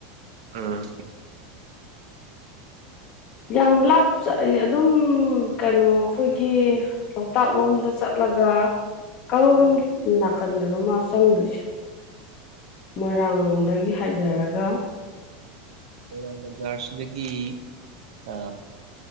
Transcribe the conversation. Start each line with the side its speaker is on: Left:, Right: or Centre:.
Right: ꯑꯥ
Left: ꯌꯥꯝ ꯂꯥꯞꯆ ꯑꯗꯨꯝ ꯎ ꯀꯩꯅꯣ ꯑꯩꯈꯣꯏꯒꯤ ꯂꯣꯛꯇꯥꯛ ꯂꯣꯝꯗ ꯆꯠꯂꯒ ꯀꯔꯣꯝ ꯅꯥꯀꯟꯗꯅꯣ ꯃꯥ ꯆꯪꯗꯣꯏꯁꯦ ꯃꯣꯏꯔꯥꯡ ꯂꯣꯝꯗꯒꯤ ꯍꯥꯏꯊꯔꯒ
Right: ꯃꯣꯏꯔꯥꯡ ꯕꯖꯥꯔꯁꯤꯗꯒꯤ ꯑ